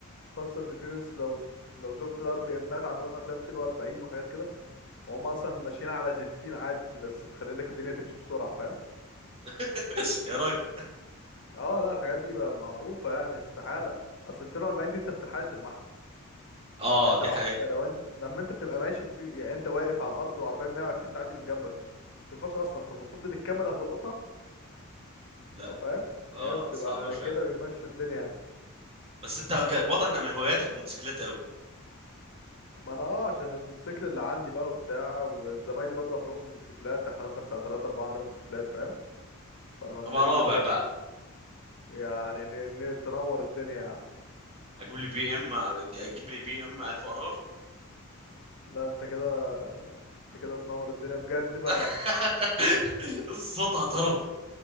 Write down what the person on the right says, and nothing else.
<laughs> يا راجل
اه
دي
حقيقة
لا
اه
صعبة شوية
بس انت كان- واضح ان من هواياتك الموتوسيكلات قوي
ابقى
رابع
بقى
اجيب لي بي ام اجيب لي بي ام 1000 ار ار
<laughs>
صوتها طرب